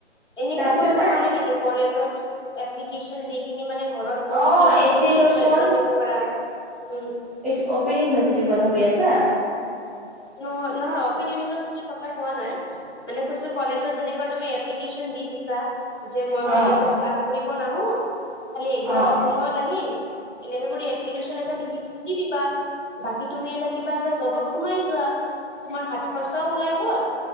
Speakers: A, on the left (about 85°); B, in the centre.
A: এনেকুৱা
B: তাৰপিছত
A: কৰিব নোৱাৰি নেকি কলেজত এপ্লিকেশন দি কিনে মানে ঘৰত
B: অ',
A: পঢ়ি কিনিয়ে
B: এপ্লিকেশ্যন
A: তুমি কিবা ইন্টাৰ্ণ দিব পাৰা, উম।
B: এইটো অপেনিং ইউনিভাৰ্চিটিৰ কথা কৈ আছা?
A: নহয় অপন ইউনিভাৰ্ছিটিৰ কথা কোৱা নাই, মানে কৈছো কলেজত যেনেকুৱা তুমি এপ্লি কেচন দি দিছা যে মই
B: অ',
A: কলেজত ক্লাছ কৰিব নাহো খালি একজামৰ
B: অ',
A: সময়ত আহিম। এনেকে কৰি এপ্লিকেছন এটা লিখি কিনি দি দিবা। বাকী তুমি এটা কিবা এটা জবত সোমাই <unintelligible> তোমাৰ হাত খৰচাও ওলাই গল।